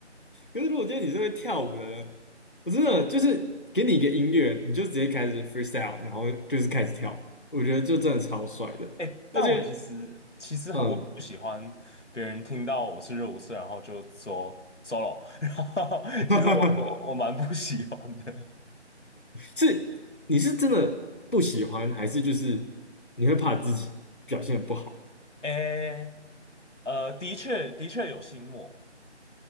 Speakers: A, on the left (about 45°); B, on the left (about 85°).
A: 可是如果今天你是会跳舞的呢？我真的就是给你一个音乐，你就直接开始 freestyle，然后就是开始跳，我觉得就真的超帅的。
B: 哎，但我其实其实我很不喜欢别人听到我是热舞社，
A: 而且，嗯，
B: 然后就说 solo，<laughs> 然后其实我我我蛮不喜欢的。
A: <laughs> 是你是真的不喜欢，还是就是你会怕自己表现得不好？
B: 哎，呃，的确的确有心魔，